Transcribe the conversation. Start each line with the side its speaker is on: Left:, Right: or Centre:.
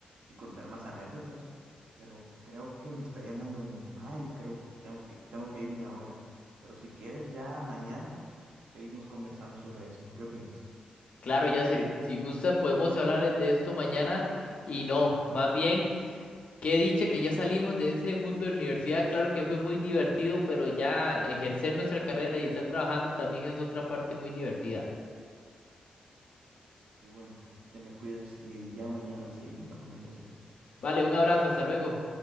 Right: y contar más anécdotas, pero creo que me está llamando mi mamá y creo tengo que tengo que irme ahora. Pero si quieres, ya mañana seguimos conversando sobre esto. ¿Qué opinas?
Left: Claro, Yacir, si gusta podemos hablar de esto mañana y no, más bien, qué dicha que ya salimos de ese mundo de la universidad, claro que fue muy divertido, pero ya ejercer nuestra carrera y estar trabajando también es otra parte muy divertida.
Right: Y bueno, te me cuidas y ya mañana seguimos la conversación.
Left: Vale, un abrazo, hasta luego.